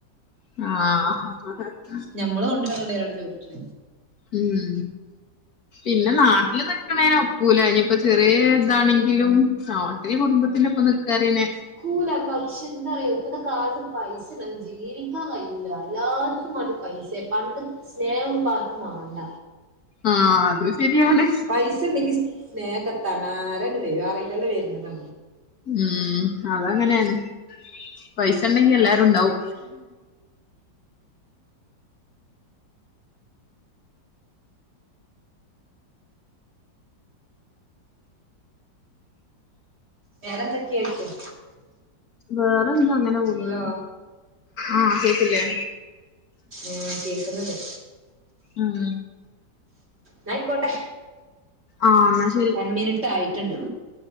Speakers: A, on the left; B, on the right.
A: ആഹ്
B: ഞമ്മള് കൊണ്ട് വരണ്ട് ഒരാട് ചോദിച്ചി
A: ഉം പിന്നെ നാട്ടില് നിക്കണേനോ നോക്കുല ഇപ്പ ചെറിയ ഇതാണെങ്കിലും നാട്ടില് കുടുംബത്തിന്റെ ഒപ്പം നിക്കാറനെ
B: കൂല പക്ഷെ എന്താ പറയാ ഇപ്പഴത്തെ കാലത്ത് പൈസ ഇല്ലാതെ ജീവിക്കാൻ കഴിയുല്ല എല്ലാർക്കും മതി പൈസ പണ്ട് സ്നേഹം ഇപ്പ ആർക്കും വേണ്ട
A: ആഹ് അത് ശരിയണ്
B: പൈസ ഉണ്ടെങ്കിൽ സ്നേഹത്തനരാണ് വരും അറിയില്ല വരുന്നത്
A: ഉം അതങ്ങനെയാണ് പൈസ ഉണ്ടങ്കിൽ എല്ലാരുണ്ടാവു
B: വേറെന്തൊക്കെയ ആക്കും
A: വേറെ എന്താ അങ്ങനെ പോകുന്ന്
B: ഹലോ
A: ആഹ് കേക്കില്ലേ
B: ആഹ് കേക്കുന്നുണ്ട്
A: ഉം
B: ന്നായിക്കോട്ടെ
A: ആഹ് ശരി
B: ടെൻ മിനിട്ടായിട്ടുണ്ട്